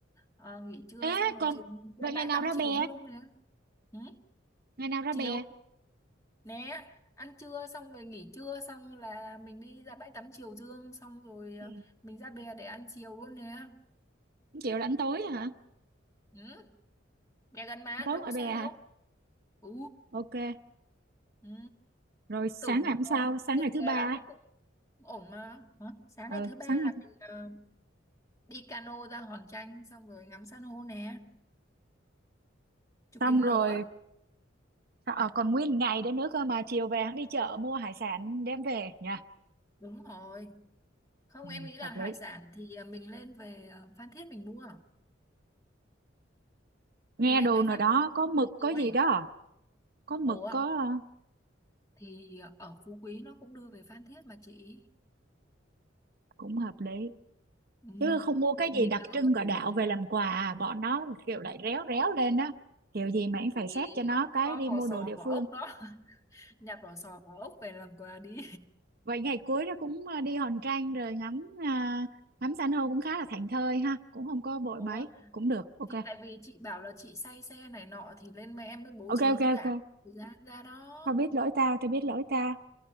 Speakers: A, on the left; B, on the right.
A: Ờ, nghỉ trưa
B: ê
A: xong rồi
B: còn
A: chiều ra
B: vậy ngày
A: bãi
B: nào
A: tắm
B: ra
A: chiều
B: bè
A: dương này ừ.
B: ngày nào ra
A: chiều
B: bè
A: Nè, ăn trưa xong rồi nghỉ trưa xong là mình đi ra bãi tắm Triều Dương xong rồi
B: Ừ.
A: ờ, mình ra bè để ăn chiều luôn nè.
B: Không là ăn tối hả Ăn
A: Ừ, bè gần mà,
B: tối
A: đâu
B: ngoài
A: có xa
B: bè
A: đâu.
B: hả
A: Ừ,
B: ok
A: ừ.
B: rồi sáng
A: Tưởng
B: ngày hôm
A: ờ,
B: sau sáng
A: trên
B: ngày
A: bè
B: thứ ba
A: là nó cũng ổn mà. Hả? Sáng
B: ừ
A: ngày thứ ba
B: sáng
A: là
B: ngày thứ...
A: mình ờ, đi cano ra Hòn Tranh xong rồi ngắm san hô nè, chụp
B: xong
A: hình
B: rồi
A: nữa.
B: à, còn nguyên ngày đấy nữa cơ mà chiều về hắn đi chợ mua hải sản đem về nha
A: Đúng rồi. Không,
B: ừ,
A: em nghĩ là
B: hợp
A: hải
B: lý
A: sản thì ờ, mình lên về ờ, Phan Thiết mình mua.
B: nghe
A: Mình lên
B: đồn
A: về
B: nào
A: Phan
B: đó
A: Thiết mình
B: có
A: mua
B: mực
A: cái
B: có gì
A: túi.
B: đó à? có mực
A: Ủa?
B: có ờ,
A: thì ờ, ở Phú Quý nó cũng đưa về Phan Thiết mà chị
B: cũng hợp lý
A: ừ.
B: chứ không mua cái
A: mình
B: gì đặc
A: đỡ
B: trưng
A: mất
B: của
A: thất
B: đạo
A: thời
B: về
A: gian
B: làm quà à. bọn nó kiểu lại réo réo lên á kiểu gì mà anh
A: vì
B: phải xét cho nó cái
A: có
B: đi
A: vỏ
B: mua
A: sò
B: đồ địa
A: vỏ
B: phương
A: ốc đó <laughs> nhặt vỏ sò vỏ ốc về làm quà đi
B: vậy ngày cuối đó cũng à, đi Hòn Trang rồi ngắm à, ngắm san hô cũng khá là thảnh thơi ha cũng không có
A: <laughs>
B: vội
A: Ủa,
B: mấy cũng được ok
A: thì tại vì chị bảo là chị say xe này nọ thì lên mẹ em mới bố
B: ok
A: trí
B: ok
A: giãn
B: ok
A: thời gian ra đó
B: tao biết lỗi tao tao biết lỗi tao